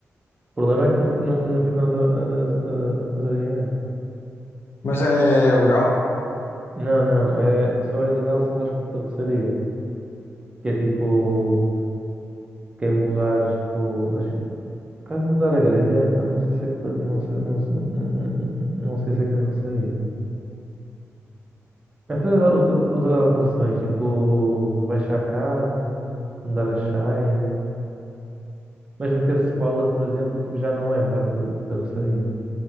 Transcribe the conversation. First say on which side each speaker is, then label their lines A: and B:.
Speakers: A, on the right; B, on the left.
A: problema é que não, fi- não, não ficam as, as, as- as originais.
B: Mas é legal.
A: Não, não. É, só é legal se usares por carroceria. Que é tipo. Quem usares tipo, as, Caso mudar a grelha, não, não sei se é carro- não sei, não, sei- não- sei se é carroceria. Mas fazer outra- outras alterações, tipo rebaixar carro, mudar as saias, mas meter spoiler, por exemplo, tipo, já não é mudar carro- carroceria.